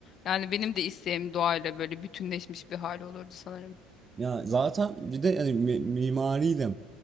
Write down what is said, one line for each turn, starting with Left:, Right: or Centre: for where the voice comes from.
Left: Yani benim de isteğim doğayla böyle bütünleşmiş bir hali olurdu sanırım.
Right: Ya zaten bir de hani mi- mimari de